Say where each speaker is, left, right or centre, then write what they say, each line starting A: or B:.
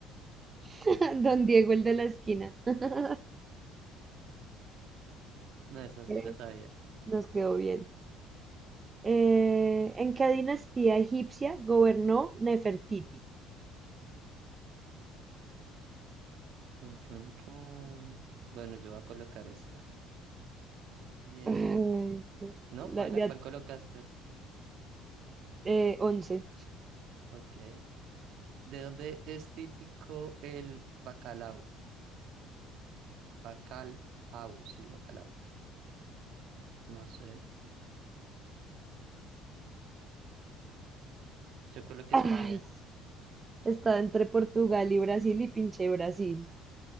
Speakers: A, on the right (about 25°); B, on the right (about 65°).
A: <laughs> Don Diego, el de la esquina. <laughs>
B: No, esa sí
A: Eh,
B: la sabía.
A: Nos quedó bien. Eh, ¿en qué dinastía egipcia gobernó Nefertiti?
B: Chun, chun, chun. Bueno, yo voy a colocar esta. Bien.
A: Ay,
B: No, Paila,
A: la- le
B: ¿cuál
A: at-
B: colocaste?
A: eh, 11.
B: Ok. ¿De dónde es típico el bacalao? Bacalao, sí, bacalao. No sé. Yo coloqué
A: Ay,
B: España.
A: estaba entre Portugal y Brasil y pinché Brasil.